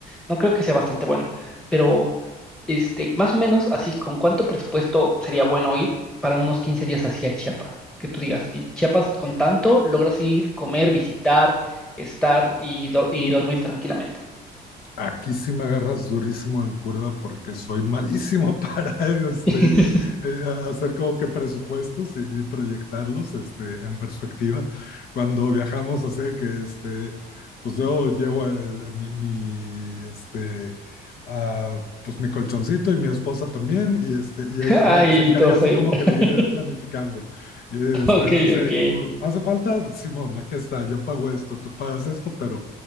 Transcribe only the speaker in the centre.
no creo que sea bastante bueno, pero... Este, más o menos así, ¿con cuánto presupuesto sería bueno ir para unos 15 días hacia Chiapas? Que tú digas, si Chiapas con tanto logras ir, comer, visitar, estar y, do- y dormir tranquilamente.
<laughs>
Ay,
todos
ahí.
<laughs>
Ok,
ok.